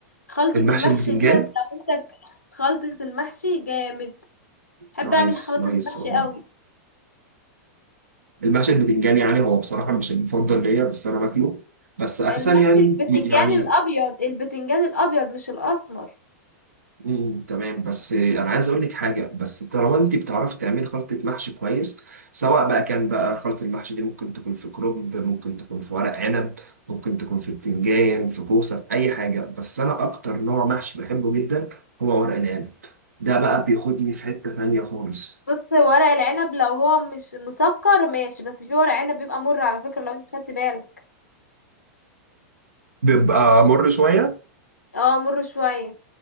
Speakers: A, on the left; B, on the right.
A: خلطه
B: المحشي
A: المحشي
B: البتنجان
A: ديت لو انت ك- خلطه المحشي جامد بحب
B: نايس
A: اعمل خلطه
B: نايس
A: المحشي
B: والله
A: قوي
B: المحشي البتنجان يعني هو بصراحة مش المفضل ليا بس أنا باكله بس أساسا
A: المحشي
B: يعني
A: البتنجان
B: يعني
A: الابيض البتنجان الابيض مش الاسمر
B: مم، تمام بس أنا عايز أقول لك حاجة بس طالما أنت بتعرفي تعملي خلطة محشي كويس سواء بقى كان بقى خلطة المحشي دي ممكن تكون في كرنب ممكن تكون في ورق عنب ممكن تكون في بتنجان في كوسة في أي حاجة بس أنا أكتر نوع محشي بحبه جدا هو ورق العنب ده بقى بياخدني في حتة تانية خالص
A: بص ورق العنب لو هو مش مسكر ماشي بس في ورق عنب بيبقى مر على فكره لو انت خدت بالك
B: بيبقى مر شوية
A: اه مر شويه